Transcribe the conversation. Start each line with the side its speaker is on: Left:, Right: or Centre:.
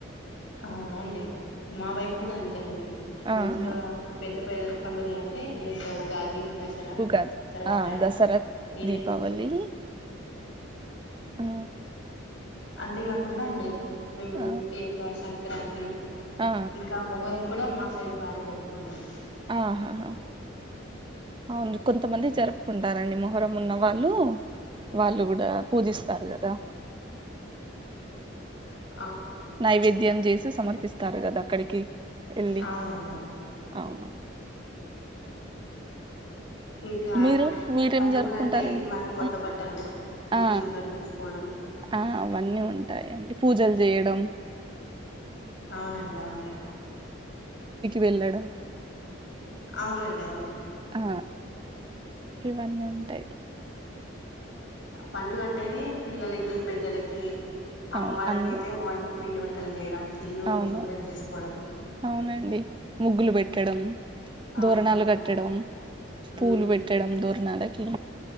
Left: ఆ అవునా అండి మా వైపు కూడా అంతే అండి
Right: ఆహా
Left: మంచిగా పె పెద్ద పెద్ద పండుగలంటే ఈ యొక్క ఉగాది దసరా
Right: ఉగాది
Left: తర్వాత
Right: ఆ దసర,
Left: ఇది
Right: దీపావలీ ఆ
Left: అంతే కాకుండ అండి మేము
Right: ఆ
Left: ఈ యొక్క సం క్రాంతి
Right: ఆ
Left: ఇంకా మొహర్రం కూడ మా సైడ్ బానే జరుపుకుంటాం
Right: ఆహాహా అవును కొంతమంది చేరం కుంటారండి మొహర్రం ఉన్న వాళ్ళూ, వాళ్ళు కూ డా పూజిస్తారు కదా
Left: హా
Right: నైవేద్యం చేసి సమర్పిస్తారు కదా అక్కడికి ఎళ్ళి.
Left: అవునండి అవును
Right: అవునవును
Left: ఇంకా
Right: మీరు మీరేం
Left: పండుగలంటే
Right: జరుపుకుంటారండి
Left: మనకు
Right: మరీ
Left: కొత్త బట్టలు ఇల్లు
Right: ఆ
Left: శుభ్రం చేసుకోవడం
Right: ఆ అవన్నీ ఉంటాయండి పూజలు చెయ్యడం
Left: అవునండి అవును
Right: వెళ్ళడం
Left: అవునండి అవును
Right: ఆ ఇవన్నీ ఉంటయి
Left: పండుగ అంటేనే పిల్లలకి, పెద్దలకి అమ్మ
Right: అవును
Left: వాళ్ళకైతే
Right: అంద
Left: వన్ పిండి వంటలు చేయడం ఇల్లు
Right: అవును
Left: శుభ్రం చేసుకోవడం
Right: అవునండి ముగ్గులు పె ట్టడం
Left: అవునండి
Right: ధోరణాలు కట్టడం, పూలు
Left: ఉమ్
Right: పెట్టడం, దో నడకీ